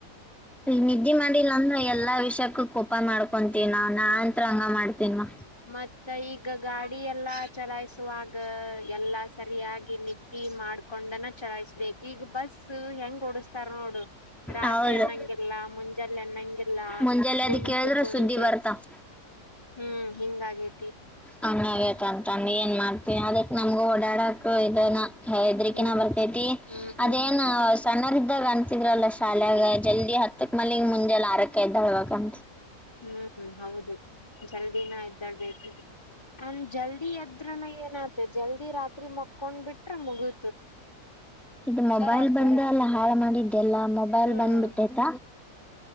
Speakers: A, in the centre; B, on the left (about 15°).
A: ಈಗ ನಿದ್ದೆ ಮಾಡಿಲ್ಲ ಅಂದ್ರ ಎಲ್ಲಾ ವಿಷಯಕ್ಕೂ ಕೋಪ ಮಾಡ ಕೊಂತೀವಿ ನ ನಾಂತ್ರ ಹಂಗ ಮಾಡ್ತನ್ವ
B: ಮತ್ತ ಈಗ ಗಾಡಿ ಎಲ್ಲಾ ಚುನಾಯಿಸ <unintelligible> ಎಲ್ಲಾ ಸರಿಯಾಗಿ ನಿದ್ದಿ ಮಾಡ್ಕೊಂಡನ ಚಲಾಯಿಸಬೇಕು ಈಗ ಬಸ್ ಹೆಂಗ್ ಓಡಿಸ ಸರ್ ನೋಡು ರಾತ್ರಿ
A: ಹೌದು
B: ಅನ್ನಂಗಿಲ್ಲ ಮುಂಜಾಲೆ ಅನ್ನಂಗಿಲ್ಲ
A: ಮುಂಜಾಲೆ
B: ಕುಂತು
A: ಅದ ಕೇಳಿದ್ರ
B: ಕುಂತು
A: ಸುದ್ದಿ ಬರ್ತಾವ್
B: ಹ್ಮ್. ಹಿಂಗಾಗಿ
A: ಹಂಗ್ಯಾಗಂತತಾನಿ ಏನ್ ಮಾಡ್ತಿಯ ಅದಕ್ ನಮ್ಗ ಓಡಾಡ ಹೌದಾನ ಹೆದ್ರಕಿನ
B: ಹ್ಮ್
A: ಬರ್ತೈತಿ
B: ಹ್ಮ್
A: ಅದೇನ್ ಆಸ್ ಸಣ್ಣೋರ್ ಇದ್ದಾಗ ಅನ್ಸಿದ್ರಲ್ಲ ಶಾಲ್ಯಾಗ ಜಲ್ದಿ ಹತ್ತಕ್ ಮಲಗ್ ಮುಂಜಲೆ ಆರಕ ಎದ್ದೇಳ್ಬೇಕಂತ್
B: ಹ್ಮ್ ಹೌದು ಜಲ್ದಿನ ಎದ್ದಾಳ್ಬೇಕು. ಅಂದ್ ಜಲ್ದಿ ಎದ್ರನ ಏನಾತು ಜಲ್ದಿ ರಾತ್ರಿ ಮಕೊಂಡ್ ಬಿಟ್ರ ಮುಗಿ
A: ಇದು ಮೊಬೈಲ್
B: ಆಗ್ಬಿಡತ್
A: ಬಂದೆಲ್ಲ ಅಲ್ಲ ಹಾಳು ಮಾಡಿದ್ದೆಲ್ಲ ಮೊಬೈಲ್
B: ಹ್ಮ್
A: ಬಂದ್ ಬಿಟ್ಟೈತ.